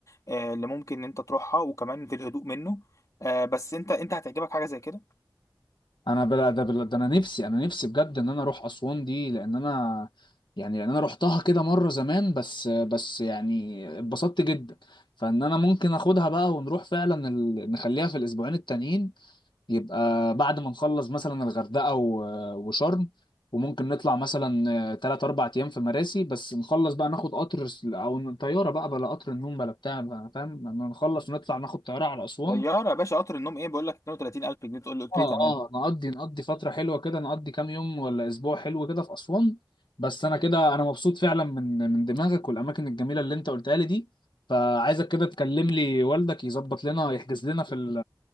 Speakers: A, on the left; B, on the left.
A: آه، اللي ممكن ان انت تروحها وكمان في الهدوء منه آه، بس انت انت هتعجبك حاجه زي كده
B: انا بلا ده بلا ده انا نفسي انا نفسي بجد ان انا اروح اسوان دي لان انا يعني لان انا رحتها كده مره زمان بس بس يعني اتبسطت جدا فان انا ممكن اخدها بقى ونروح فعلا ال... نخليها في الاسبوعين التانيين يبقى بعد ما نخلص مثلا الغردقة و- وشرم وممكن نطلع مثلا تلات أربع أيام في مراسي بس نخلص بقى ناخد قطر س- أو طيارة بقى بلا قطر النوم بلا بتاع بقى، فاهم لما نخلص ونطلع ناخد طيارة على أسوان
A: طياره يا باشا قطر النوم ايه بقول لك 32000 جنيه تقول لي قلت
B: اه
A: لي تمام
B: اه نقضي نقضي فترة حلوة كده نقضي كام يوم ولا اسبوع حلو كده في اسوان بس انا كده انا مبسوط فعلا من من دماغك والاماكن الجميلة اللي انت قلتها لي دي فعايزك كده تكلم لي والدك يظبط لنا يحجز لنا في ال